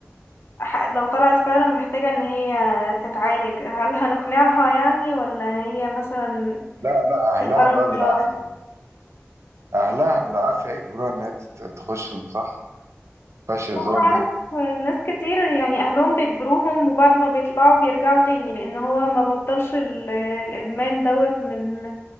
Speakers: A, on the left; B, on the right.
A: ح- لو طلعت فعلا محتاجة ان هي تتعالج هل هنقنعها يعني ولا هي مثلا
B: لا لا أهلها
A: تبقى رافضة
B: بقى بالعافية اهلها بالعافيه يجبروها ان هي تت- تخش ده صح فيهاش هزار
A: انا عارف
B: دي
A: ناس كتير يعني اهلهم بيجبروهم وبعد ما بيطلعوا بيرجعوا تاني لان هو ما بطلش ال- الادمان دوت من